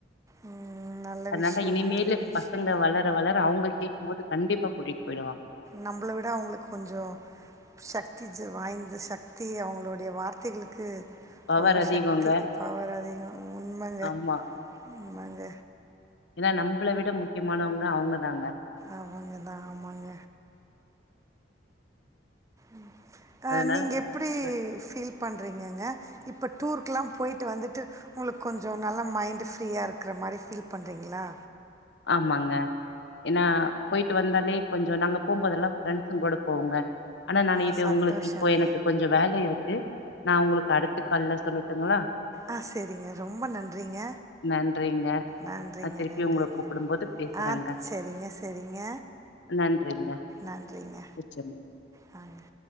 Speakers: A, on the right; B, on the left.
A: ம். நல்ல
B: அதனால
A: விஷயங்க.
B: இனிமேலு
A: நல்ல விஷயம்.
B: பசங்க வளர வளர வளர அவங்க கேக்கு போது கண்டிப்பா கூட்டிட்டு போயிடுவாங்க
A: நம்மள விட அவங்களுக்கு கொஞ்சோ சக்தி ஜ வாய்ந்த சக்தி அவங்களுடய வார்த்தைகளுக்கு
B: பவர்
A: ரொம்ப
B: அதிகோங்க
A: சக்தி பவர் அதிகோ உண்மங்க
B: ஆமா
A: உண்மங்க
B: ஏன்னா நம்பள விட முக்கியமானவங்க அவுங்க தாங்க
A: அவுங்க தா ஆமாங்க ம் அ
B: அதனால
A: நீங்க எப்டி
B: அவங்க-
A: ஃபீல் பண்றீங்கங்க இப்ப டூருக்குக்குல்லா போயிட்டு வந்துட்டு உங்களுக்கு கொஞ்சோ நல்லா மைண்ட் ஃப்ரீயா இருக்குற மாரி ஃபீல் பண்றீங்களா
B: ஆமாங்க ஏன்னா போயிட் போயிட்டு வந்தாலே கொஞ்சோ நாங்க போம்போதுல்லா ஃப்ரண்ட்ஸ்ங்க கூட போவோங்க ஆனா நான்னு
A: ஆ
B: இது
A: சந்தோஷங்க
B: உங்களுக்கு இப்போ எனக்கு கொஞ்சோ வேல இருக்கு நா உங்களுக்கு அடுத்து கால்லல சொல்லட்டுங்களா
A: ஆ சேரிங்க ரொம்ப நன்றிங்க
B: நன்றிங்க
A: நன்றிங்க
B: நான் திருப்பி
A: நன்றிங்க
B: உங்களை கூப்பிடும்போது பேசுறேங்க
A: ஆ சேரிங்க சேரிங்க
B: நன்றிங்க
A: நன்றிங்க
B: வச்சிருங்க
A: நன்றி